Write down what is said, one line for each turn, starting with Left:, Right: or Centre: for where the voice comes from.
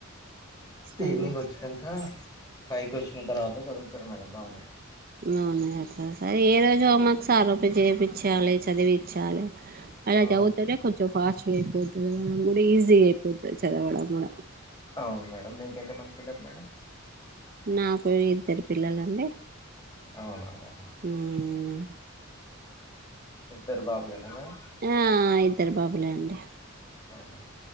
Right: సరే
Left: ఈవినింగ్ వచ్చినంక ఫైవ్ కి వచ్చిన తర్వాత చదువుతారు మేడం బాగానే
Right: <unintelligible> సార్ ఏ రోజు హోంవర్క్ సార్ చేపిచ్చాలే చదివిచ్చాలే అలా
Left: ఆ
Right: చదువుతేనే కొంచెం ఫాస్టుగా అయిపో <unintelligible> కూడా ఈజీగ అయిపోతది చదవడం కూడా
Left: అవును మేడం మీకి ఎంత మంది పిల్లలు మేడం
Right: నాకు ఇద్దరు పిల్లలండి
Left: అవునా మేడం
Right: మ్మ్
Left: ఇద్దరు బాబులేనా మేడం
Right: ఆ ఇద్దరు బాబులే అండి
Left: అవునా